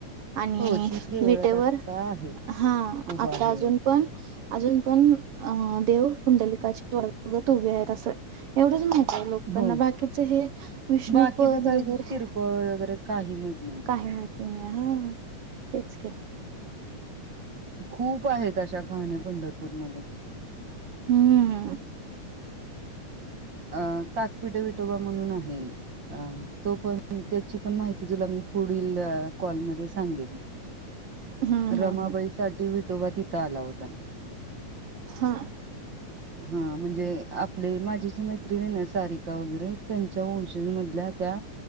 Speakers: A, on the right; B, on the right.
A: आणि
B: हो ती देवळ
A: विटेवर
B: आता आहे.
A: हा
B: उभं
A: आता
B: आहे
A: अजून पण अजून पण अ देव पुुंडलिकाची वगत उभे आहेत असं एवढंच माहिती लोकांना
B: हो
A: बाकीच हे विष्णूपद
B: बाकीच काही
A: वगैरे
B: किरकोळ वगैरे काही माहित
A: काही मात नाही. हा तेच की.
B: खूप आहेत अशा कहाण्या पंढरपूर मधून.
A: हम्म.
B: अ ताकपीट विटोबा म्हणून आहे तो पण त्याची पण माहिती तुला मी पुढील कॉलमध्येध्ये सांगेन.
A: हम्म
B: रमाबाई
A: हम्म हम्म
B: साठी वि तोव्हा तिथं आला होता.
A: हा
B: हा म्हणजे आपले माझी जी मैत्रीण ति सारिका वगैरे त्यांच्या वंशज मधल्या त्या